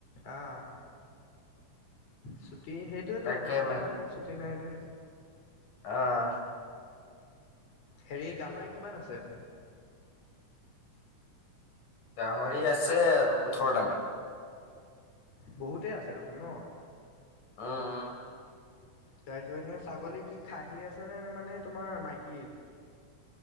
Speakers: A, on the left; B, on the left.
A: আহ ছুটি সেইটোয়েতো
B: তাকে
A: মানুহৰ আজিকালি ছুটি নাই যে।
B: অহ।
A: হেৰি গাহৰি কিমান আছে?
B: গাহৰি আছে ওঠৰটামান।
A: বহুতেই আছে দেখোন ন।
B: উম।
A: তাৰপিছত এনে ছাগলী কি খাহি আছেনে নে মানে তোমাৰ মাইকী?